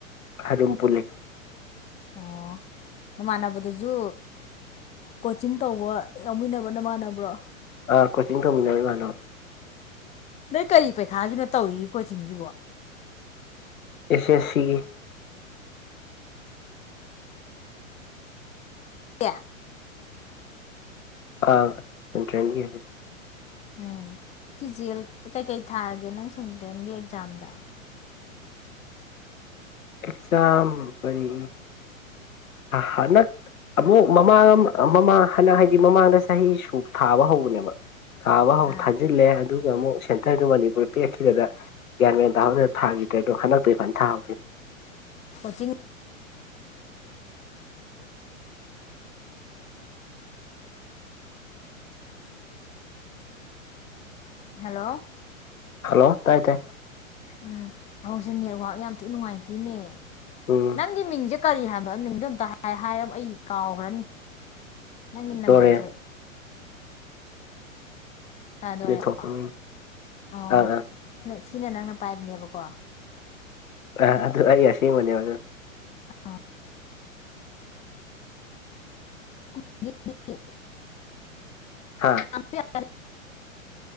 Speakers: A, on the left (about 75°); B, on the left (about 15°).
A: ꯑꯗꯨ ꯑꯗꯨꯝ ꯄꯨꯜꯂꯤ
B: ꯑꯣ ꯅꯃꯥꯟꯅꯕꯗꯨꯁꯨ ꯀꯣꯆꯤꯡ ꯇꯧꯕ ꯌꯥꯎꯃꯤꯟꯅꯕꯅ ꯃꯥꯟꯅꯕ꯭ꯔꯣ
A: ꯑꯥ ꯀꯣꯆꯤꯡ ꯇꯧꯃꯤꯟꯅꯔ ꯏꯃꯥꯟꯅꯣ
B: ꯅꯣꯏ ꯀꯔꯤ ꯄꯩꯈꯥꯒꯤꯅꯣ ꯇꯧꯔꯤꯒꯦ ꯀꯣꯆꯤꯡꯁꯤꯕꯣ
A: ꯑꯦꯁꯤ ꯑꯦ ꯁꯤꯒꯤ
B: ꯀꯌꯥ
A: ꯑꯥ ꯁꯦꯟꯇ꯭ꯔꯅꯤ ꯍꯥꯏ
B: ꯎꯝ ꯐꯤꯖꯦꯜ ꯀꯩꯀꯩ ꯊꯥꯔꯒꯦ ꯅꯪ ꯁꯇꯦꯟꯒꯤ ꯑꯦꯛꯖꯥꯝꯗ
A: ꯑꯦꯛꯖꯝ ꯐꯔꯤ ꯍꯅꯛ ꯑꯃꯨꯛ ꯃꯃꯥꯡ ꯃꯃꯥꯡ ꯍꯅ ꯍꯥꯏꯗꯤ ꯃꯃꯥꯡꯗ ꯆꯍꯤ ꯁꯨ ꯊꯥꯕ ꯍꯧꯕꯅꯦꯕ ꯊꯥꯕ ꯍꯧ
B: ꯑꯥ
A: ꯊꯥꯖꯤꯜꯂꯦ ꯑꯗꯨ ꯑꯃꯨꯛ ꯁꯦꯟꯇꯔꯗꯨ ꯃꯅꯤꯄꯨꯔ ꯄꯦꯛꯛꯈꯤꯗ ꯒ꯭ꯌꯥꯟ ꯃꯦꯟ ꯇꯥꯍꯧꯗꯅ ꯊꯥꯈꯤꯗ꯭ꯔꯦ ꯑꯣ ꯍꯟꯗꯛꯇꯣꯏ ꯐꯅ ꯊꯥꯍꯧꯗꯣꯏꯅꯤ
B: ꯀꯣꯆꯤꯡ ꯍꯜꯂꯣ
A: ꯍꯜꯂꯣ ꯇꯥꯏ ꯇꯥꯏ
B: ꯎꯝ ꯍꯧꯖꯤꯁꯦ ꯅꯦꯠꯋꯥꯛ ꯌꯥꯝ ꯊꯤ ꯅꯨꯡꯉꯥꯏꯇꯦꯅꯦ
A: ꯎꯝ
B: ꯅꯪꯒꯤ ꯃꯤꯡꯁꯦ ꯀꯔꯤ ꯍꯥꯏꯕꯗꯣ ꯅꯗꯣ ꯑꯝꯇ ꯍꯥꯏꯔ ꯑꯩ ꯀꯥꯎꯈ꯭ꯔꯅꯤ ꯅꯪꯒꯤ ꯅꯝꯕꯔꯁꯦ
A: ꯗꯣꯔꯦꯟ
B: ꯁꯥꯗꯣꯔꯦꯀꯣ
A: ꯁꯤꯗ ꯊꯣꯛꯄ ꯃꯤꯡ
B: ꯑꯣ
A: ꯑꯥ ꯑꯥ
B: ꯁꯤ ꯁꯤꯅ ꯅꯪꯅ ꯄꯥꯏꯕꯅꯦꯕꯀꯣ
A: ꯑ ꯑꯗꯨ ꯑꯩ ꯑꯁꯦꯡꯕꯅꯦꯕ ꯑꯗꯨ
B: ꯑ <inaudible>
A: ꯍꯥꯥ
B: <inaudible>